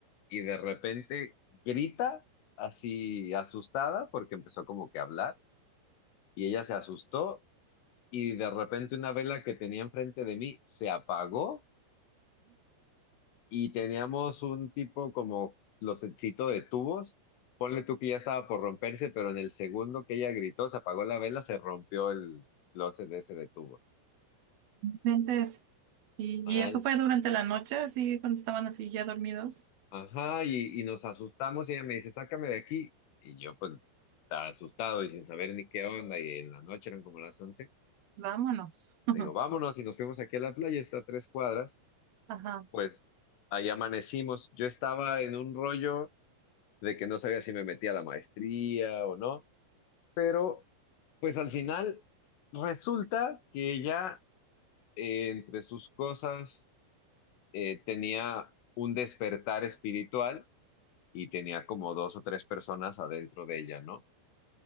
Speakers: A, on the left; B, on the right.
A: y de repente grita así asustada porque empezó como que a hablar y ella se asustó y de repente una vela que tenía enfrente de mí se apagó y teníamos un tipo como los closetcito de tubos. Ponle tú que ya estaba por romperse, pero en el segundo que ella gritó, se apagó la vela, se rompió el closet ese de tubos.
B: Entonces, y,
A: Mal.
B: y eso fue durante la noche, así cuando estaban así ya dormidos.
A: Ajá, y, y nos asustamos y ella me dice, sácame de aquí. Y yo pues estaba asustado y sin saber ni qué onda, y en la noche eran como las once
B: Vámonos. <laughs>
A: Le digo, vámonos y nos fuimos aquí a la playa, está a tres cuadras.
B: Ajá.
A: Pues ahí amanecimos. Yo estaba en un rollo de que no sabía si me metía a la maestría o no. pero pues al final resulta que ella eh, entre sus cosas eh, tenía un despertar espiritual y tenía como dos o tres personas adentro de ella, ¿no?